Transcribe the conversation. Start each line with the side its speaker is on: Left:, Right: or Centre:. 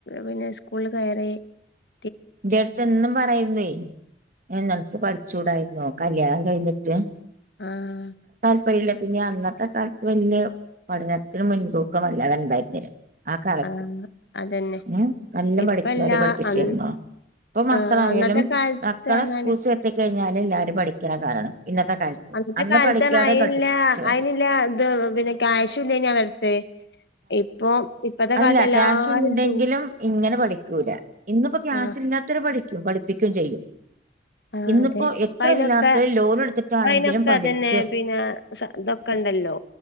Left: പിന്നെ സ്കൂളിൽ വേറെ <inaudible>
Right: ന്റെ അടുത്ത് എന്നും പറയുന്ന ന്റെടത്ത് പഠി ചൂടായിരുന്നോകല്യാണം കഴിഞ്ഞിട്ട്
Left: ആഹ്
Right: ല്ല പിന്നെ അന്നത്തെ കാലത്ത് വല്യ പഠനത്തിന് മുൻതൂക്കം വല്ലാതെ ഉണ്ടായിരുനില്ല ആ കാലത്ത്
Left: ആഹ് അതന്നെ
Right: മംനല്ല
Left: ഇപ്പല്ല
Right: പഠിക്കണവരെ പഠിപ്പിച്ചരുന്നോ
Left: അന്ന്
Right: ഇപ്പൊ മക്കളായാലും
Left: ആ, അന്നത്തെ കാലത്ത്
Right: മക്കളെ
Left: പറഞ്ഞാല്
Right: സ്കൂള് ചേർത്തി കഴിഞ്ഞാല് എല്ലാരും പഠിക്കുന്ന കാലാണ് ഇന്നത്തെ കാലത്ത്
Left: അന്നത്തെ
Right: അന്ന്
Left: കാലത്ത്
Right: പഠിക്കാതെ
Left: അയിനില്ല
Right: കെട്ടിച്ചവര്
Left: അയിനില്ല ഇത് പിന്നെ ക്യാഷും ഇല്ലനി ഞാങ്ങളുടെത് ഇപ്പൊ ഇപ്പത്തെ
Right: അതല്ല
Left: കാലത്ത് എല്ലാരും
Right: ക്യാഷ് ഇണ്ടെങ്കിലും
Left: ജോ
Right: ഇങ്ങനെ പഠിക്കൂല ഇന്നിപ്പോ ക്യാഷ്
Left: ആ
Right: ഇല്ലാത്തവരു പഠിക്ക പഠിപ്പിക്കും ചെയ്യും
Left: ആഹ്
Right: ഇന്നിപ്പോ
Left: അതെ
Right: എത്ര
Left: അയിനൊക്കെ
Right: ഇല്ലാത്തോൽലോൺഎടുത്തി <unintelligible> ആണെങ്കിലും
Left: അയിനൊക്കെ
Right: പഠിച്ച്
Left: അതന്നെ പിന്നെ സ ഇതൊക്കെ
Right: ഉ
Left: ഉണ്ടല്ലോ